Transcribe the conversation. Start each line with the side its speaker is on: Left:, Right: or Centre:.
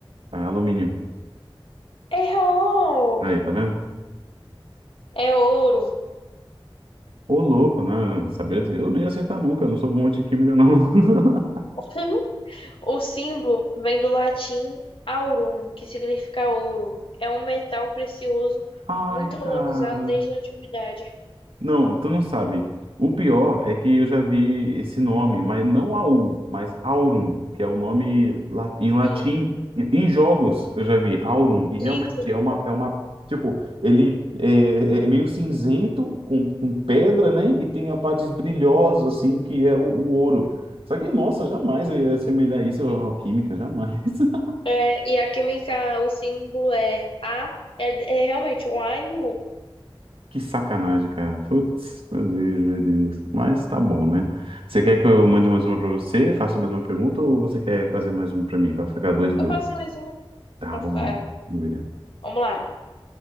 Right: alumínio.
Left: Errou!
Right: Aí, tá vendo?
Left: É ouro.
Right: Ô, louco, né? Sabia dizer, eu nem ia acertar nunca, eu não sou bom de química, não. <laughs>
Left: <laughs> O símbolo vem do latim aurum, que significa ouro. É um metal precioso
Right: Ai,
Left: muito
Right: cara.
Left: valorizado desde a antiguidade.
Right: Não, tu não sabe. O pior é que eu já vi esse nome, mas não Aul, mas Aurum, que é o nome la- em latim.
Left: Sim.
Right: Em em jogos eu já vi Aurum, e realmente
Left: Isso.
Right: é uma, é uma tipo, ele é, é é meio cinzento, com, com pedra, né? E tem a parte brilhosa, assim, que é o, o ouro. Só que, nossa, jamais eu ia assemelhar isso à alquímica, jamais. <laughs>
Left: É, e a química, o símbolo é A, é, é realmente um A e um U.
Right: Que sacanagem, cara. Putz, meu Deus, meu Deus. Mas tá bom, né? Você quer que eu mande mais uma pra você, faça mais uma pergunta, ou você quer fazer mais uma pra mim, pra ficar dois e
Left: Eu
Right: dois?
Left: faço mais uma
Right: Tá,
Left: pra
Right: vamos
Left: ficar. é,
Right: lá. Vamos ver.
Left: Vamos lá.